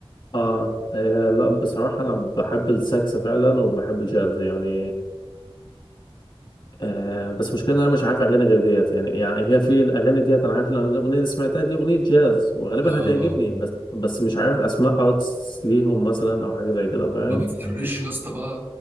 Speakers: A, on the left (about 50°); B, on the right (about 20°).
A: آه. اه لا بصراحة انا بحب السكس فعلا وبحب الجاز يعني آه بس مشكلة إن أنا مش عارف أغاني غير ديت يعني يعني هي في الأغاني ديت أنا عارف لأن الأغنية دي سمعتها دي أغنية جاز وغالبا
B: اه اه
A: هتعجبني بس بس مش عارف أسماء أرتس ليهم مثلا أو حاجة زي كده فاهم؟
B: ما بتفرش يا اسطى بقى